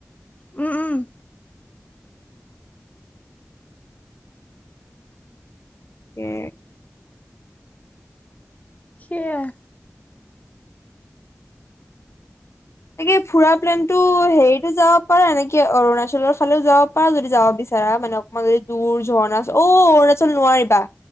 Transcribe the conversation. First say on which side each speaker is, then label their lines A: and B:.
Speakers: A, on the left; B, on the left.
A: উম, উম
B: হে
A: সেয়া
B: তাকে ফুৰা প্লেন টো হেৰিত যাব পাৰা এনেকে অৰুণাচলৰ ফালেও যাব পাৰা। যদি যাব বিচাৰা মানে অকমান যদি দূৰ ঝৰ্ণা অ' অৰুণাচল নোৱাৰিবা